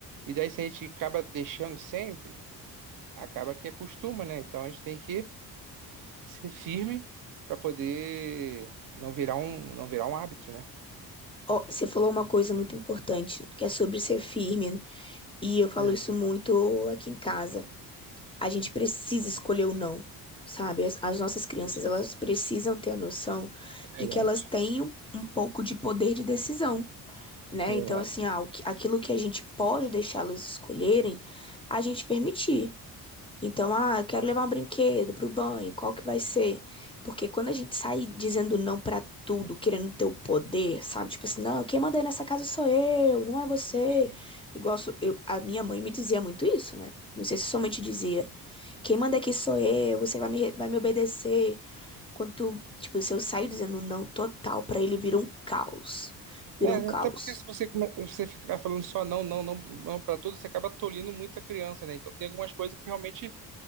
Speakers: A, on the right; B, on the left.
A: E daí se a gente acaba deixando sempre, acaba que acostuma, né? Então a gente tem que ser firme para poder não virar um, não virar um hábito, né?
B: Ó, você falou uma coisa muito importante, que é sobre ser firme, né? e eu falo
A: Hum,
B: isso muito aqui em casa. A gente precisa escolher o não, sabe? As, as nossas crianças, elas
A: isso.
B: precisam ter a noção
A: É verdade,
B: de que elas têm um, um pouco de poder de decisão, né?
A: é
B: Então,
A: verdade.
B: assim, ah, o que- aquilo que a gente pode deixá-las escolherem, a gente permitir. Então, ah, eu quero levar um brinquedo pro banho, qual que vai ser? Porque quando a gente sai dizendo não pra tudo, querendo ter o poder, sabe? Tipo assim, não, quem manda aí nessa casa sou eu, não é você.
A: É.
B: Igual sou- eu, a minha mãe me dizia muito isso, né? Não sei se somente dizia, quem manda aqui sou eu, você vai me, re- vai me obedecer. Quanto, tipo, se eu saio dizendo não total pra ele, vira um caos. Vira
A: É,
B: um caos.
A: até porque se você, come- você ficar falando só não, não, não, não para tudo, você acaba tolindo muito a criança, né? Então tem algumas coisas que realmente